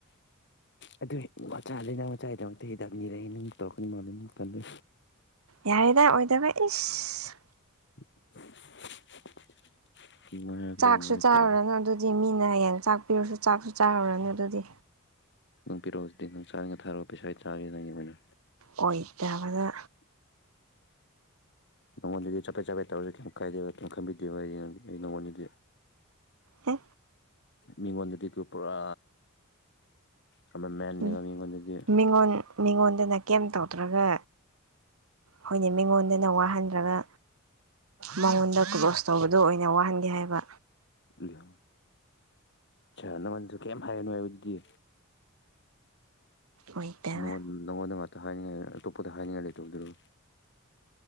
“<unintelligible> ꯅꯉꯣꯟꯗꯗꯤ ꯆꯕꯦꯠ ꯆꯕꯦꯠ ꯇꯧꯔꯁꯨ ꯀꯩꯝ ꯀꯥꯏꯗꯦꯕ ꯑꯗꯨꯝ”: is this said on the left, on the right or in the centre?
Left